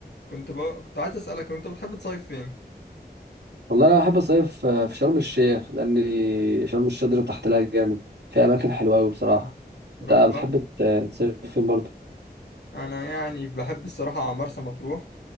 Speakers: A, on the left (about 85°); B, on the right (about 90°).
A: كنت بقى كنت عايز اسالك انت بتحب تصيف فين
B: والله انا بحب اصيف في شرم الشيخ لان شرم الشيخ دي تحت لها جامد في اماكن حلوه قوي بصراحه انت
A: رحتها
B: بتحب ت- تصيف فين برضه
A: انا يعني بحب الصراحه مرسى مطروح